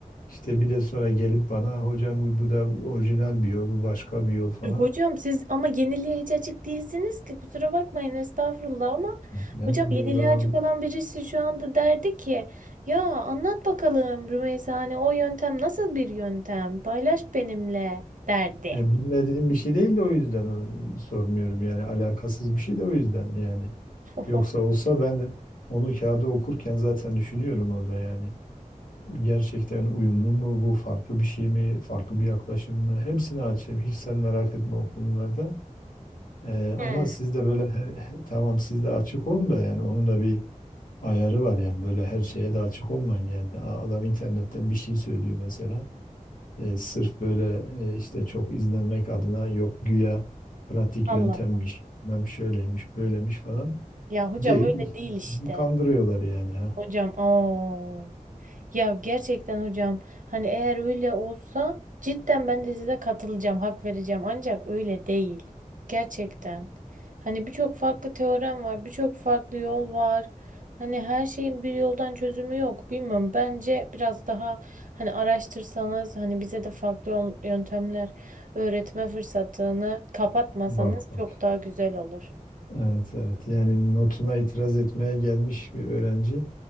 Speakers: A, on the left (about 75°); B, on the right (about 70°).
A: İşte bir de sonra gelip bana hocam bu bu da orijinal bir yol bu başka bir yol falan.
B: E, Hocam siz ama yeniliğe hiç açık değilsiniz ki kusura bakmayın estağfurullah ama
A: Ben
B: hocam
A: de
B: yeniliğe
A: diyorum.
B: açık olan birisi şu anda derdi ki ya anlat bakalım Rümeysa hani o yöntem nasıl bir yöntem paylaş benimle derdi.
A: Ya bilmediğim bir şey değil de o yüzden onu sormuyorum yani alakasız bir şey de o yüzden yani.
B: <laughs>
A: Yoksa olsa ben onu kağıda okurken zaten düşünüyorum orada yani. Gerçekten uyumlu mu bu farklı bir şey mi farklı bir yaklaşım mı hepsini açayım hiç sen merak etme o konularda. Ee,
B: Hmm.
A: ama siz de böyle her- he- tamam siz de açık olun da yani onun da bir ayarı var yani böyle her şeye de açık olmayın yani A- adam internetten bir şey söylüyor mesela. E, sırf böyle e, işte çok izlenmek adına yok güya pratik
B: Allah
A: yöntemmiş, bilmem şöyleymiş, böyleymiş falan
B: ya hocam
A: deyip
B: öyle
A: işte
B: değil
A: sizi
B: işte.
A: kandırıyorlar yani ha.
B: Hocam o ya gerçekten hocam hani eğer öyle olsa cidden ben de size katılacağım hak vereceğim ancak öyle değil gerçekten hani birçok farklı teorem var birçok farklı yol var hani her şeyin bir yoldan çözümü yok bilmiyorum bence biraz daha hani araştırsanız hani bize de farklı yol- yöntemler öğretme fırsatını kapatmasanız
A: Bak bak.
B: çok daha güzel olur.
A: Evet evet. Yani notuna itiraz etmeye gelmiş bir öğrenci